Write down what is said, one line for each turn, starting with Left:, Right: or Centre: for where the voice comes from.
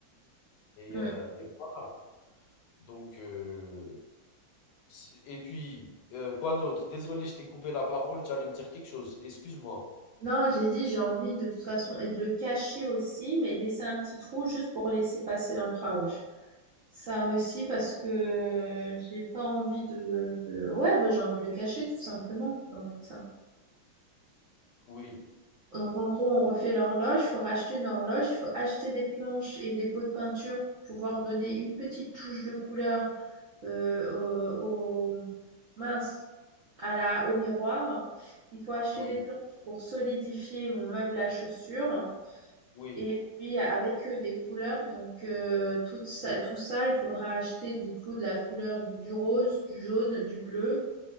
Left: et
Right: Mm.
Left: heu et voilà. Donc heu, si et puis, heu, quoi d'autre? Désolé, je t'ai coupé la parole, tu allais me dire quelque chose? Excuse-moi.
Right: Non, j'ai dit, j'ai envie de toute façon et de le cacher aussi, mais de laisser un petit trou juste pour laisser passer l'infrarouge. Ça aussi parce que euh, j'ai pas envie de. de- Ouais, bah, j'ai envie de le cacher tout simplement. J'ai envie de ça.
Left: Oui.
Right: Donc, en gros, on refait l'horloge, Il faut racheter une horloge, il faut acheter des planches et des pots de peinture pour pouvoir donner une petite touche de couleur euh, au, au- mince, à la, au miroir. Il faut acheter
Left: Oui,
Right: des planches pour solidifier mon meuble à chaussures
Left: oui,
Right: et puis avec euh, des couleurs. Donc, euh, tout ça, tout ça, il faudra acheter du coup de la couleur donc du rose, du jaune, du bleu.